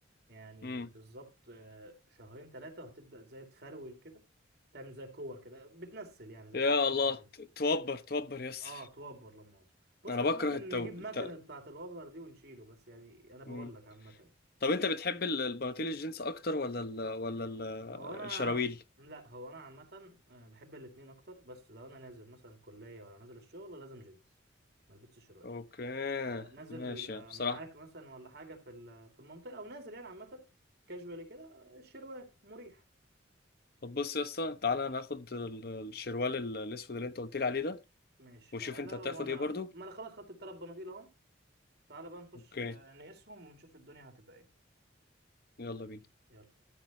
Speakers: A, on the right; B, on the left.
A: يعني
B: امم
A: بالظبط آه، شهرين ثلاثه وهتبدا زي تفرول كده تعمل زي كور كده بتنسل يعني زي
B: يا
A: بتقول
B: الله
A: كده.
B: ت- توبر توبر يس
A: اه توبر لما مؤاخذة. بص
B: انا
A: احنا
B: بكره
A: ممكن
B: التوب
A: نجيب مكنه
B: الت...
A: بتاعه الوبر دي ونشيله بس يعني انا بقول
B: مم.
A: لك عامه
B: طب انت بتحب ال- البناطيل الجينز اكتر ولا ال... ولا ال...
A: هو انا
B: الشراويل
A: لا هو انا عامه آه، بحب الاتنين اكتر بس لو انا نازل مثلا كليه ولا نازل الشغل لازم جينز ملبسش شروال
B: اوكي
A: آه، نازل
B: ماشي
A: آه،
B: يعني بصراحة
A: معاك مثلا ولا حاجة في ال- في المنطقة أو نازل يعني عامة كاجوالي كده آه، الشروال مريح
B: طب بص يا اسطى تعالى ناخد ال- الشروال ال- الاسود اللي انت قلت لي عليه ده
A: ماشي
B: وشوف
A: تعالى
B: انت
A: وأنا
B: هتاخد ايه برضو
A: ما أنا خلاص خدت التلات بناطيل أهم تعالى بقى نخش
B: اوكي
A: آه، نقيسهم ونشوف الدنيا هتبقى إيه
B: يلا بينا
A: يلا